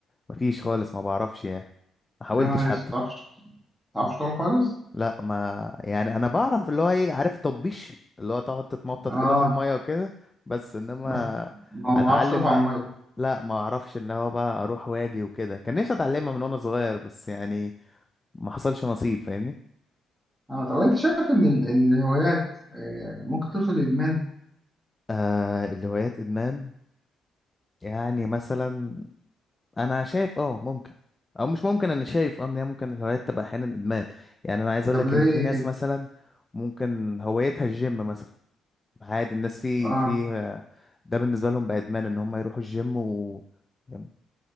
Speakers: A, on the left; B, in the centre.
A: ما فيش خالص ما بعرفش يعني ما حاولتش
B: يا نهار
A: حتى
B: أسود، ما تعرفش ما تعرفش تعوم خالص
A: لا ما يعني انا بعرف اللي هو ايه عارف تطبيش اللي هو تقعد تتنطط
B: اه
A: كده في الميه وكده بس انما
B: بس ما
A: اتعلم
B: بعرفش تقف على
A: بقى
B: الميه
A: لا ما اعرفش ان هو بقى اروح واجي وكده كان نفسي اتعلمها من وانا صغير بس يعني ما حصلش نصيب فاهمني
B: اه طب انت شايف ان ال... ان الهوايات آه، ممكن توصل لادمان
A: آه الهوايات ادمان يعني مثلا انا شايف اه ممكن او مش ممكن انا شايف اه ان هي ممكن الهوايات تبقى احيانا ادمان يعني انا عايز اقول
B: طب
A: لك
B: زي
A: ان في
B: ايه
A: ناس
B: كده
A: مثلا ممكن هوايتها الجيم مثلا عادي الناس في
B: اه
A: في ده بالنسبه لهم بقى ادمان ان هم يروحوا الجيم و يعني-